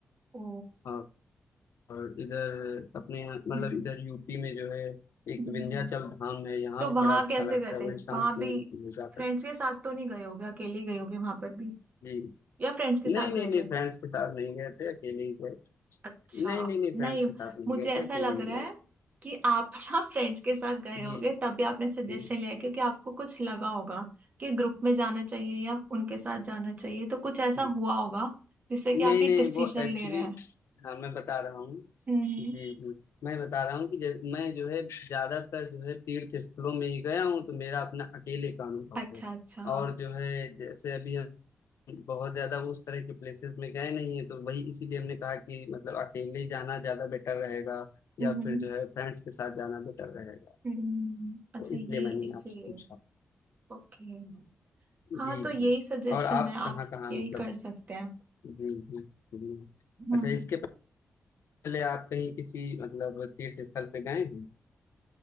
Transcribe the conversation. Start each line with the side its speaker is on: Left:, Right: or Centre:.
Right: ओ
Left: और और इधर अपने यहाँ- मतलब
Right: हम्म
Left: इधर यूपी में जो है एक
Right: हम्म।
Left: विंध्याचल धाम है यहाँ
Right: तो
Left: भी
Right: वहां
Left: बड़ा अच्छा
Right: कैसे
Left: लगता
Right: गए
Left: है
Right: थे
Left: बड़ी शांति
Right: वहां भी
Left: मिलती है जाकर
Right: फ्रेंड्स के साथ तो नहीं गए होगे अकेले ही गए होगे वहां पर भी
Left: जी
Right: या फ्रेंड्स के
Left: नहीं
Right: साथ
Left: नहीं
Right: गए
Left: नहीं
Right: थे
Left: फ्रेंड्स के साथ नहीं गए थे अकेले ही गए
Right: अच्छा
Left: नहीं नहीं नहीं
Right: नहीं
Left: फ्रेंड्स के साथ नहीं
Right: मुझे
Left: गए थे
Right: ऐसा
Left: अकेले
Right: लग
Left: ही
Right: रहा
Left: गए
Right: है कि आप <laughs> ना फ्रेंड्स के साथ गए
Left: जी
Right: होगे तभी आपने सजेशन
Left: जी
Right: लिया है, क्योंकि आपको कुछ लगा होगा कि ग्रुप में जाना चाहिए या उनके साथ जाना चाहिए तो कुछ ऐसा
Left: जी
Right: हुआ होगा जिससे कि आप
Left: नहीं
Right: ये
Left: नहीं
Right: डिसीजन
Left: वो एक्चुअली
Right: ले रहे हैं
Left: हाँ मैं बता रहा हूँ
Right: हम्म
Left: जी जी मैं बता रहा हूँ कि जै- मैं जो है ज्यादातर जो है तीर्थ स्थलों में ही गया हूँ तो मेरा अपना अकेले का अनुभव
Right: अच्छा
Left: है
Right: अच्छा
Left: और जो है जैसे अभी हम बहुत ज्यादा उस तरह के प्लेसेस में गए नहीं है तो वही इसीलिए हमने कहा कि मतलब अकेले ही जाना ज्यादा बेटर रहेगा
Right: हम्म
Left: या फिर जो है फ्रेंड्स के साथ जाना बेटर रहेगा
Right: हम्म अच्छा
Left: तो इसलिए
Right: ये
Left: मैंने
Right: इसीलिए
Left: आपसे पूछा
Right: ओके हाँ
Left: जी
Right: तो
Left: जी
Right: यही सजेशन
Left: और आप
Right: है आप
Left: कहाँ कहाँ
Right: यही
Left: मतलब
Right: कर सकते हैं
Left: जी जी जी
Right: हम्म
Left: अच्छा इसके पहले आप कहीं किसी मतलब तीर्थ स्थल पे गए हैं